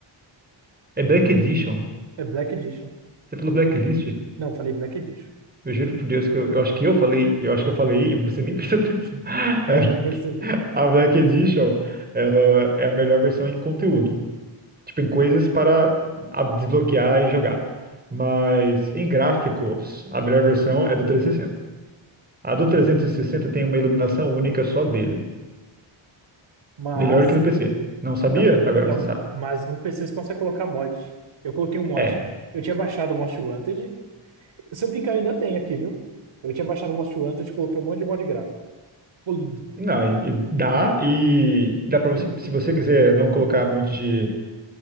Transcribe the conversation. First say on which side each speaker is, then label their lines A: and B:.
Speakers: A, on the right; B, on the right.
A: É Black Edition.
B: É Black Edition.
A: Você falou Blacklist?
B: Não, falei Black Edition.
A: Eu juro por Deus que eu, eu acho que eu falei, eu acho que eu falei e você nem prestou atenção. <laughs>
B: Não,
A: É Black-
B: não percebi.
A: A Black Edition, ela é a melhor versão em conteúdo, tipo em coisas para a- desbloquear e jogar. Mas em gráficos, a melhor versão é do 360. A do 360 tem uma iluminação única só dele,
B: Mas,
A: melhor que do PC. Não
B: então,
A: sabia? Agora
B: então,
A: você sabe.
B: mas no PC você consegue colocar mod. Eu coloquei um mod.
A: É.
B: Eu tinha baixado o Most Wanted. Se eu brincar, eu ainda tem aqui, viu? Eu tinha baixado o Monster Hunter e coloquei um monte de mod gráfico. Ficou lindo,
A: Não, e, e dá, e dá pra você,
B: ficou lindo.
A: se você quiser não colocar um monte de,